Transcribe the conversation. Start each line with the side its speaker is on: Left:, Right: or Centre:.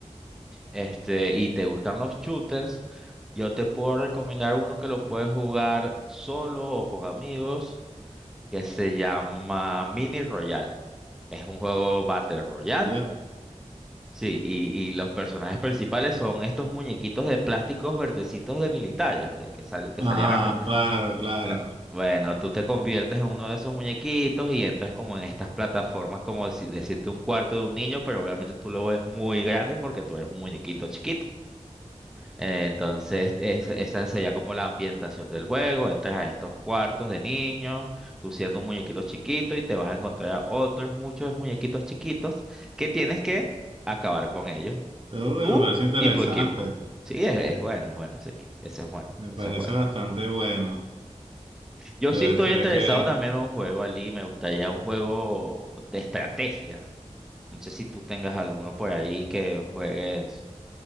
Centre: este, y te gustan los shooters, yo te puedo recomendar uno que lo puedes jugar solo o con amigos, que se llama Mini Royale. Es un juego Battle Royale.
Right: Ya.
Centre: Sí, y, y los personajes principales son estos muñequitos de plásticos verdecitos de militares, de que, sal- que
Right: Ajá,
Centre: salían antes.
Right: claro, claro.
Centre: Ah, Bueno, tú te conviertes en uno de esos muñequitos y entras como en estas plataformas, como si- decirte un cuarto de un niño, pero obviamente tú lo ves muy grande porque tú eres un muñequito chiquito. Eh, Entonces, es- esa sería como la ambientación del juego. Entras a estos cuartos de niños, tú siendo un muñequito chiquito y te vas a encontrar a otros muchos muñequitos chiquitos que tienes que acabar con ellos,
Right: Uy,
Centre: tú
Right: me parece interesante.
Centre: y tu equipo. Sí, es, es bueno, es bueno ese equipo, ese es bueno,
Right: Me parece
Centre: ese es bueno.
Right: bastante bueno.
Centre: Yo
Right: Se,
Centre: sí estoy
Right: se
Centre: interesado
Right: ve que
Centre: también en un juego, Ali. Me gustaría un juego de estrategia. No sé si tú tengas alguno por ahí que juegues